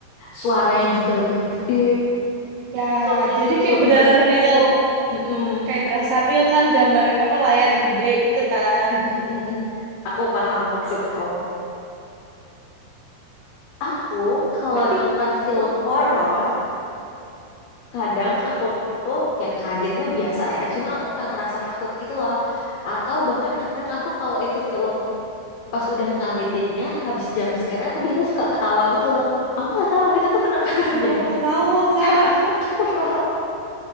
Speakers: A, on the left; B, on the right.
A: suaranya juga lebih gede.
B: ya
A: Sound
B: jadi
A: itu tuh
B: kayak
A: lebih
B: beneran
A: mendukung.
B: real
A: Mm-mm.
B: kayak berasa real kan gambar apa layar gede gitu kan
A: Mm-mm. Aku paham maksud kamu. Aku kalau
B: berarti
A: nonton film
B: oh,
A: horor, kadang aku tuh ya kaget mah biasa ya. Cuma aku nggak ngerasa takut gitu loh. Atau bahkan kadang aku kalau itu film pas udah ngagetin ya, habis jam scare aku
B: hmm,
A: biasa suka ketawa gitu loh. Aku nggak tahu itu tuh kenapa terjadi
B: kenapa ketawa kak
A: secara <laughs> natural.